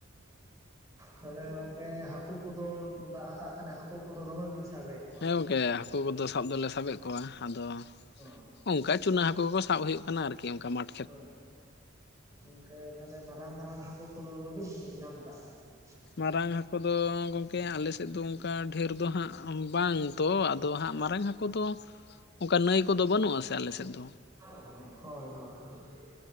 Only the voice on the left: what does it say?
ᱦᱮᱸ
ᱜᱚᱝᱠᱮ ᱦᱟᱹᱠᱩ ᱠᱚᱫᱚ ᱥᱟᱵ ᱫᱚᱞᱮ ᱥᱟᱵᱮᱫ ᱠᱚᱣᱟ, ᱟᱫᱚ
ᱚᱱᱠᱟ ᱪᱩᱱᱟᱹ ᱦᱟᱹᱠᱩ ᱠᱚᱠᱚ ᱥᱟᱵ ᱦᱩᱭᱩᱜ ᱠᱟᱱᱟ ᱟᱨᱠᱤ ᱚᱱᱠᱟ ᱢᱟᱴᱷᱚ,
ᱢᱟᱨᱟᱝ ᱦᱟᱹᱠᱩ ᱫᱚ ᱜᱚᱢᱠᱮ ᱟᱞᱮ ᱥᱮᱫ ᱫᱚ ᱚᱱᱠᱟ ᱰᱷᱮᱨ ᱫᱚ ᱦᱟᱸᱜ ᱵᱟᱝ ᱛᱚ ᱟᱫᱚ ᱦᱟᱸᱜ ᱢᱟᱨᱟᱝ ᱦᱟᱹ- ᱠᱩ ᱫᱚ ᱚᱱᱠᱟ ᱱᱟᱹᱭ ᱠᱚᱫᱚ ᱵᱟᱹᱱᱩᱜ-ᱟ ᱥᱮ ᱟᱞᱮ ᱥᱮᱫ ᱫᱚ᱾